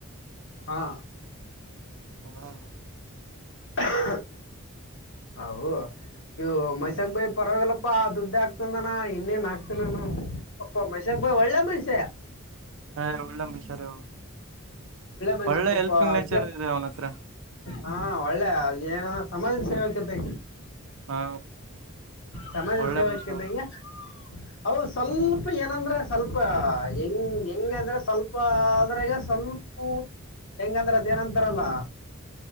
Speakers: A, on the left; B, on the right.
A: ಹಾ
B: ಹಾ
A: ಹ ಹ ಇವು
B: ಹ್ಮ್
A: ಮೈಸಕ್ ಬೈಿ ಪರವಾಗಿಲ್ಲಪ್ಪಾ ದುಡ್ಡಾ ನ ಇನ್ನೇನ್ ಆಗ್ತನ ಅಪ್ಪ ಮಶಕ್ ಬಾಯ್ ಒಳ್ಳೆ ಮನುಷ್ಯ
B: ಹ ಒಳ್ಳೆ ಮನ್ಸರ್
A: ಮನುಷ್ಯ
B: ಒಳ್ಳೆ
A: ಪಾಪ
B: ಹೆಲ್ಫಿಂಗ್ ನೇಚರ್
A: ಕೇ
B: ಇದೆ ಅವನ ಹತ್ರ
A: ಹಾ ಒಳ್ಳೆ ಅ ಏನ ಸಮಾಜದ ಸೇವೆಕತೆ
B: ಹಾ
A: ಸಮಾಜ
B: ಒಳ್ಳೆ
A: ಸೇವಕ
B: ಮನುಷ್ಯ ಅವನು
A: ಈಗ ಹೌದು ಸ್ವಲ್ಪ
B: ಹ್ಮ್
A: ಏನಂದ್ರೆ ಸ್ವಲ್ಪ ಹೆಂಗ ಹೆಂಗ ಅಂದ್ರೆ ಸ್ವಲ್ಪ ಅದ್ರಾಗ ಸ್ವಲ್ಪ ಹ ಹೆಂಗಂದ್ರ ಅದೇಏನಂತಾರಲ್ಲ